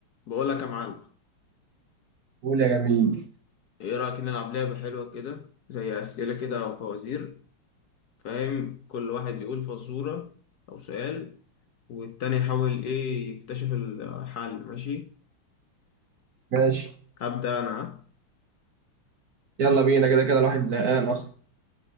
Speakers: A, on the left (about 55°); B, on the right (about 55°).
A: بقول لك يا معلم
B: قول يا جميل
A: ايه رأيك نلعب لعبة حلوة كده زي أسئلة كده أو فوازير فاهم كل واحد يقول فزورة أو سؤال والتاني يحاول ايه يكتشف الحل ماشي
B: ماشي
A: هبدأ أنا ها؟
B: يلا بينا كده كده الواحد زهقان اصلا